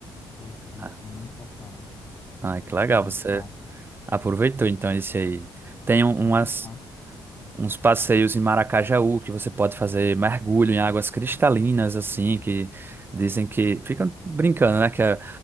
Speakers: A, on the left; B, on the right.
A: Foi, foi
B: ah,
A: muito bacana.
B: ah, que legal.
A: Foi muito
B: Você
A: massa.
B: aproveitou então esse aí. Tem um- umas.
A: Exato.
B: uns passeios em Maracajaú, que você pode fazer mergulho em águas cristalinas, assim, que dizem que. Ficam brincando, né? Que é